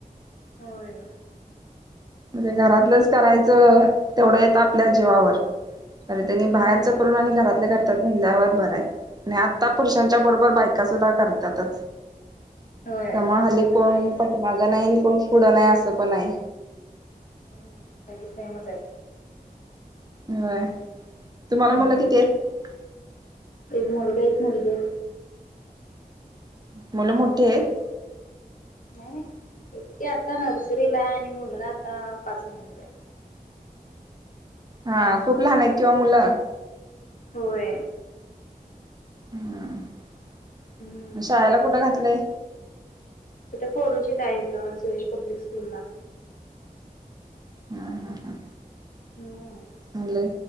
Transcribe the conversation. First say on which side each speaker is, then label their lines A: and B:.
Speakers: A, on the left; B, on the right.
A: होय
B: म्हणजे घरातलंच करायचं तेवढं येत आपल्या जीवावर खरं त्यांनी
A: हम्म
B: बाहेरचं करून आणि घरातल्या करतात म्हल्यावर बरंय नाही आत्ता पुरुषांच्या बरोबर बायका सुुद्धा करत्यातच.
A: होय
B: त्यामुळे हल्ली
A: ते तर
B: कोण
A: आहेच
B: पाठीमाग नाही आणि कोण पुढं नाही असं पण आहे.
A: हम्म सगळे सेमच आहेत
B: होय... तुम्हाला
A: हम्म
B: मुलं किती आहेत?
A: एक मुलगा -एक मुलगी आहे.
B: मुलं मोठी आहेत?
A: नाही -नाही एकटी आता नर्सरीला आणि मुलगा आता पाच महिन्याचा आहे.
B: हा खूप लहान आहेत कि ओ मुलं.
A: होय
B: हम्म...
A: हम्म
B: शाळेला कुठं घातलाय?
A: तिथं कोरोचीत आहेत सुरेश पब्लिक स्कूलला.
B: हम्म -हम्म -हम्म.
A: हम्म...
B: आले